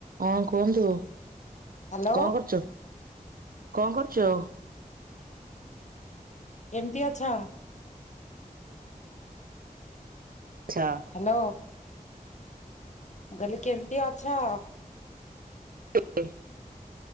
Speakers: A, on the right (about 75°); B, on the left (about 55°).
A: ହଁ କୁହନ୍ତୁ?
B: ହ୍ୟାଲୋ
A: କଣ କରୁଚୁ? କଣ କରୁଚୁ?
B: କେମତି ଅଛ?
A: ଆଛା।
B: ହାଲୋ ମୁ କହିଲି କେମିତି ଅଛ?
A: <unintelligible>